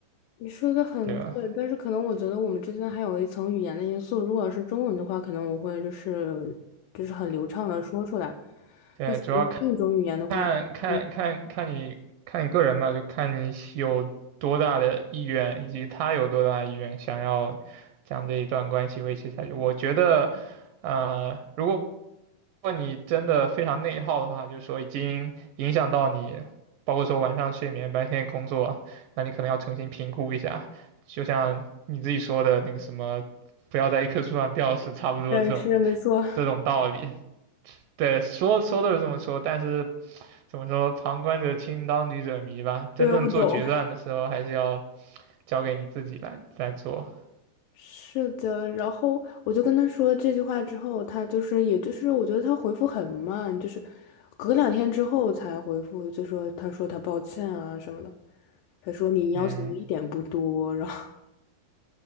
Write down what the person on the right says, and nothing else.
对吧？
对，
主要看。看看看看你看你个人吧，
就看你有多大的意愿，以及他有多大的意愿想要将这一段关系维持下去。我觉得，呃，如果如果你真的非常内耗的话，就是说已经影响到你，包括说晚上睡眠、白天工作，那你可能要重新评估一下。就像你自己说的那个什么，不要在一棵树上吊死，差不多这种
这种道理。对，说说都是这么说，但是。怎么说，旁观者清，当局者迷吧。真正做决断的时候，
还是要交给你自己来来做。
嗯，